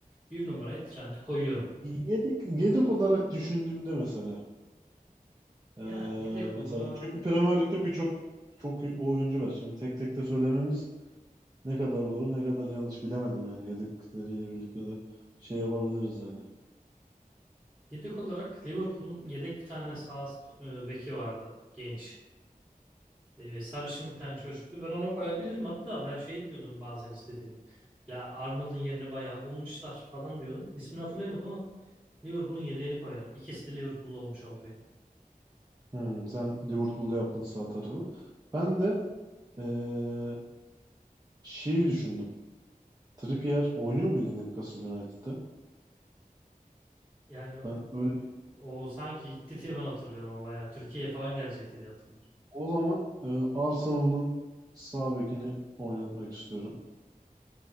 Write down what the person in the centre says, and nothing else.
bir numaraya Trent'i koyuyorum.
Yani yedek
olarak
yedek olarak Liverpool'un yedek bir tane sağ st- e, beki vardı genç. e, sarışın bir tane çocuktu. Ben onu koyabilirim. Hatta ben şey diyordum bazen istediğimde. Ya Arnold'un yerine bayağı bulmuşlar falan diyordum. İsmini hatırlayamadım ama Liverpool'un yedeğini koyarım. İkisi de Liverpool'lu olmuş oldu benim.
Yani o,
o sanki gitti diye ben hatırlıyorum ama bayağı. Türkiye'ye falan gelecekti diye hatırlıyorum.